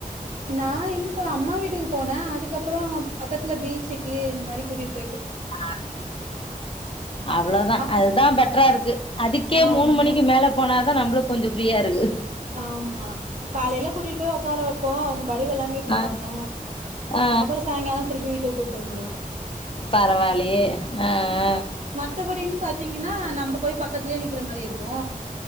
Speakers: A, on the right; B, on the left.
A: நா எங்கியு போல அம்மா வீட்டுக்கு போனே அதுக்கப்பறோ பகத்துல பீச்சுக்கு இந்த மாரி கூடிட்
B: ஆ அவ்ளோதா
A: ஆ
B: அதுதா பெட்டரா இருக்கு அதுக்கே
A: ஆமா
B: மூணு மணிக்கி மேல போனாதா நம்மளுக் கொஞ்சோ ஃப்ரீயாருக்கு
A: ஆமா காலையில கூட்டிட்டு போய் உக்கார வப்போ அவுங் பாட்டுக் வெளாண்டுட்ருப்பாங்க
B: ஆ ஆ
A: அப்றோ சாய்ங்காலோ திருப்பி வீட்டுக் கூட்டுட் வந்துருவோ
B: பரவாலையே ஆ ஆ
A: மத்தப் படின்னு பாத்தீங்கன்னா நம்போ போய் பக்கத்துலையே நிக்கிற மாரி இருக்கு